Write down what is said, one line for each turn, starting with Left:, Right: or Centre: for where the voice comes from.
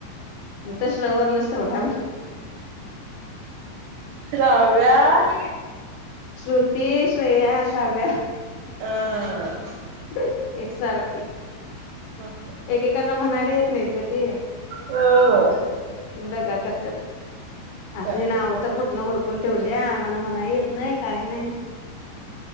Left: मी तर श्रवरनच ठेवला
Right: <inaudible> श्राव्या <unintelligible>
Left: श्रृुती, श्रेया, श्राव्या.
Right: <unintelligible>
Left: <unintelligible> एकसारखी,
Right: मग
Left: एकेकांना म्हणायला येत नाहीत ग ते.
Right: हो हो
Left: <unintelligible> का करत्यात. असली
Right: काय
Left: नावं तर कुठनं हुडकून ठेवल्या, म्हण म्हणाही येत नाही काही नाही.